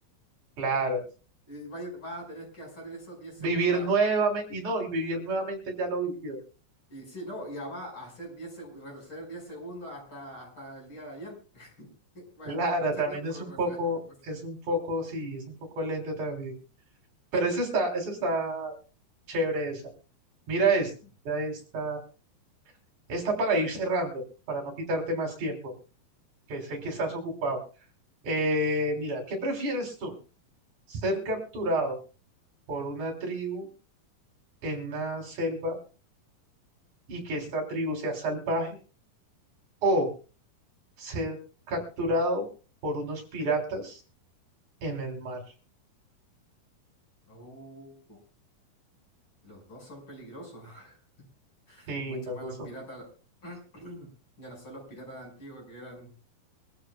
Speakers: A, on the right; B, on the left.
A: Claro.
B: Y vaya- vas a tener que hacer eso diez
A: Vivir
B: segundos.
A: nuevamente,
B: a-
A: y no, y vivir nuevamente ya lo vivido.
B: Y sí, no, y además hacer diez seg- retroceder 10 segundos hasta, hasta el día de ayer. <laughs> Vas
A: Claro,
B: a estar mucho
A: también
B: tiempo
A: es
B: retroceder,
A: un poco,
B: retroceder.
A: es un poco, sí, es un poco lento también. Pero
B: Sí.
A: eso está, eso está chévere esa. Mira esta,
B: <laughs>
A: mira esta. Esta para ir cerrando, para no quitarte más tiempo, que sé que estás ocupado. Eh, mira, ¿qué prefieres tú? ¿Ser capturado por una tribu en una selva y que esta tribu sea salvaje? ¿O ser capturado por unos piratas en el mar?
B: Oh, los dos son peligrosos. <laughs>
A: Sí,
B: Mucho
A: los
B: más
A: dos
B: los
A: son-
B: piratas. <clears throat> Ya no son los piratas antiguos que eran.